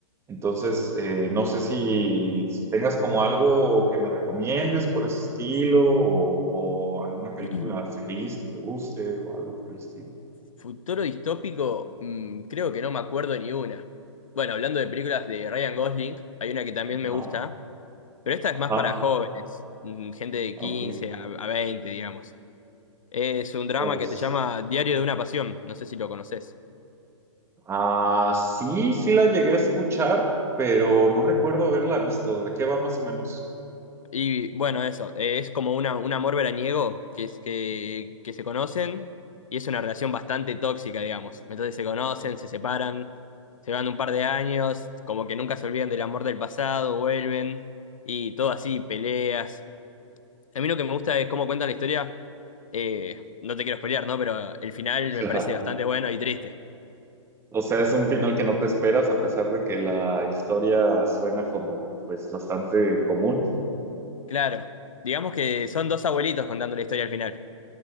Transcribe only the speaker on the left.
<clears throat>
Futuro distópico, mm, creo que no me acuerdo ni una. Bueno, hablando de películas de Ryan Gosling, hay una que también
me gusta. Pero esta es
más para jóvenes, mm, gente de
15 a, a 20, digamos. Es un drama
que se llama Diario de una Pasión, no sé si lo conoces.
Y bueno, eso, eh, es como una, un amor veraniego que, es, que, que se conocen y es una relación bastante tóxica, digamos. Entonces se conocen, se separan, se van un par de años, como que nunca se olvidan del amor del pasado, vuelven y todo así, peleas. A mí lo que me gusta es cómo cuentan la historia. Eh, no te quiero spoilear, ¿no? Pero el final
me parece bastante bueno y triste.
Claro. Digamos que son dos abuelitos contando la historia al final.